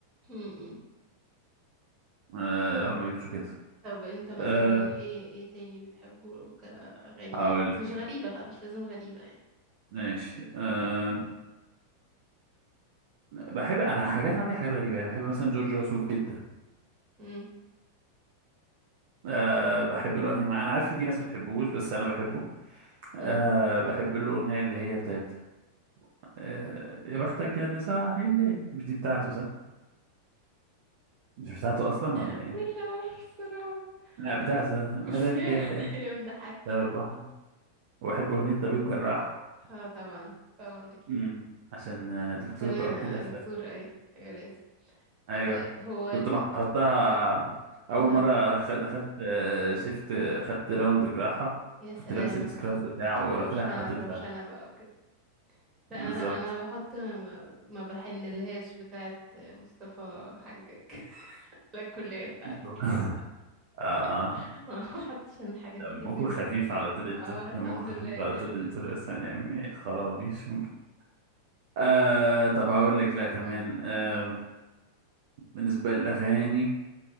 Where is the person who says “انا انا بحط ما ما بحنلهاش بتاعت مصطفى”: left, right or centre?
Right